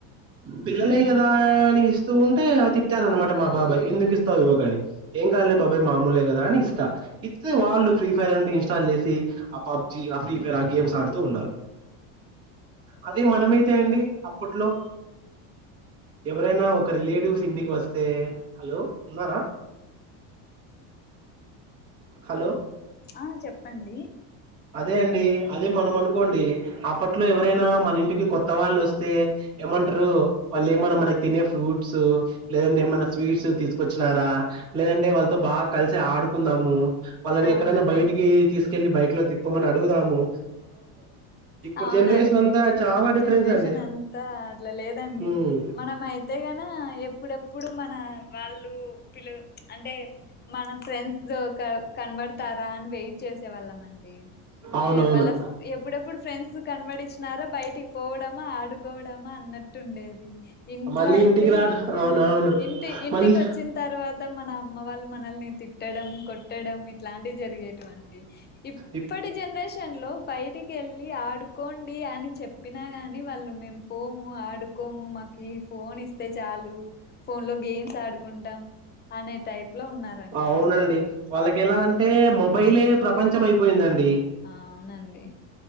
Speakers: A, on the right; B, on the left.
A: పిల్లలే
B: ఉమ్
A: కదా అని ఇస్ తూ ఉంటే తిట్టారనమాట మా బాబాయ్ ఎందుకు ఇస్తావు యువకని ఏం కాలే బాబాయ్ మామూలే కదా అని ఇస్తా ఇస్తే వాళ్ళు ఫ్రీ ఫైర్ అంటో ఇన్స్టాల్ చేసి ఆ పబ్జి ఆ ఫ్రీ ఫైర్ ఆ గేమ్స్ ఆడుతూ ఉన్నారు అదే మనమైతే అండి అప్పట్లో ఎవరైనా ఒక రిలేటివ్స్ ఇంటికి వస్తే హలో ఉన్నారా హలో
B: ఆ చెప్పండి
A: అదే అండి అదే మనం అనుకోండి అప్పట్లో ఎవరైనా మన ఇంటికి కొత్త వాళ్ళు వస్తే ఏమంటారు వాళ్ళు ఏమైన్నా మనకి తినే ఫ్రూట్స్ లేదంటే ఏమైన్నా స్వీట్స్ తీసు వచ్చినారా లేదంటే వాళ్ళతో బాగా కలిసి ఆడుకుందాము వాళ్ళని
B: అవునండి
A: ఎక్కడైనా బయటికి తీసుకు చెల్లి బైక్లో తిప్ పొమ్మని అడుగుదాము ఇప్పుడు
B: అవునండి
A: జనరేషన్ అంతా చాలా
B: ఇప్పుటి
A: డిఫరెన్స్
B: జనరేషన్
A: అండి
B: అంతా అట్లా లేదండి
A: ఉమ్
B: మనం అయితే కన ఎప్పుడెప్పుడు మన వాళ్ళు పిలవ అంటే మన ఫ్రెండ్స్తో కనబడుత తారా అని వెయిట్ చేసే వాళ్ళం అండి
A: అవునవును
B: ఏ వాళ్ళ ఎప్పుడెప్పుడు ఫ్రెండ్స్ కనబడించినారా బయటికి పోవడమా ఆడుకోవడమా అన్నట్టు ఉండేది ఇంట్లో
A: మళ్ళీ
B: అయితే
A: ఇంటికి రాడు
B: ఆ
A: అవునవును
B: ఇంటి ఇంటికి
A: మళ్ళీ
B: వచ్చిన తర్వాత తం మన అమ్మ వాళ్ళు మనల్ని తిట్టడం కొట్టడం ఇట్లాంటివి జరిగేటువండి ఇప్పటి
A: ఇప్
B: జనరేషన్ లో బయటిక్ యేళ్ళి ఆడుకొన్ పి అని చెప్పినా గాని వాళ్ళు మేం పోము ఆడుకోము మాక్ ఈ ఫోన్ ఇస్తే చాలు ఫోన్ లో గేమ్స్ ఆడుకుంటాం అనే టైప్ లో ఉన్నారండి
A: అవునండి వాళ్ళకి ఎలా అంటే మొబైలే ప్రపంచం అయిపోయిందన్
B: ఆ అవునండి